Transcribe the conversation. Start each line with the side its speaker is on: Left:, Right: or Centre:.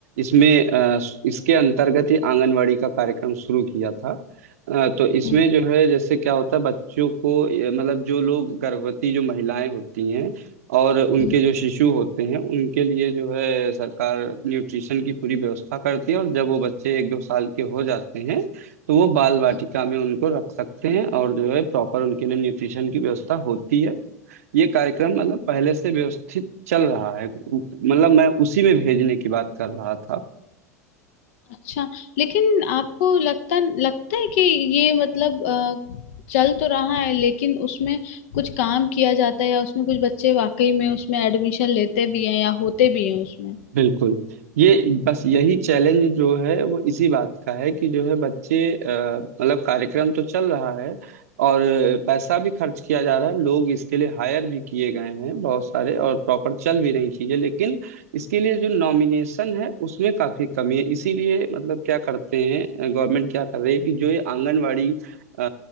Right: इसमें अ, इसके अंतर्गत ही आंगनवाड़ी का कार्यक्रम शुरू किया था अ, तो इसमें
Left: हम्म
Right: जो है जैसे क्या होता है बच्चों को ये, मतलब जो लोग गर्भवती जो महिलाएं होती हैं और उनके
Left: हम्म,
Right: जो शिशु होते हैं उनके लिए जो है सरकार न्यूट्रिशन की पूरी व्यवस्था करती है और जब वो बच्चे एक दो साल के हो जाते हैं तो वो बाल वाटिका
Left: हम्म।
Right: में उनको रख सकते हैं और जो है प्रॉपर उनके लिए न्यूट्रिशन की व्यवस्था होती है ये कार्यक्रम मतलब पहले से व्यवस्थित चल रहा है मतलब मैं उसी में भेजने की बात कर रहा था
Left: अच्छा लेकिन आपको लगता लगता है कि ये मतलब अ, चल तो रहा है लेकिन उसमें कुछ काम किया जाता है या उसमें कुछ बच्चे वाकई में उसमें एडमिशन लेते भी हैं या होते भी हैं उसमें
Right: बिल्कुल ये बस यही चैलेंज जो है वो इसी बात का है कि जो है बच्चे अ, मतलब कार्यक्रम तो चल रहा है और पैसा भी खर्च किया जा रहा है लोग इसके लिए हायर भी किए गए हैं बहुत सारे और प्रॉपर चल भी रही चीजें लेकिन इसके लिए जो नॉमिनेशन है उसमें काफी कमी है इसीलिए मतलब क्या करते हैं गवर्नमेंट क्या कर रही है कि जो ये आंगनवाड़ी अ,